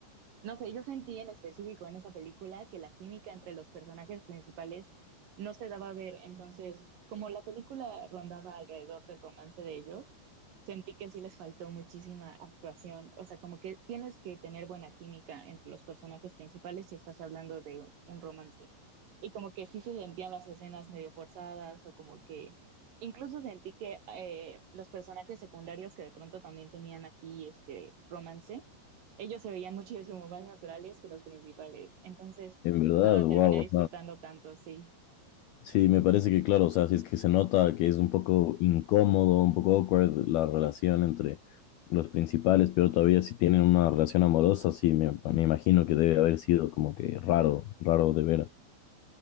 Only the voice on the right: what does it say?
no sé, yo sentí en específico en esa película que la química entre los personajes principales no se daba a ver. Entonces, como la película rondaba alrededor del romance de ellos, sentí que sí les faltó muchísima actuación. O sea, como que tienes que tener buena química entre los personajes principales si estás hablando de un romance. Y como que sí se sentían las escenas medio forzadas o como que incluso sentí que eh, los personajes secundarios que de pronto también tenían aquí este romance ellos se veían muchísimo más naturales que los principales. Entonces,
no la terminé
disfrutando tanto, sí.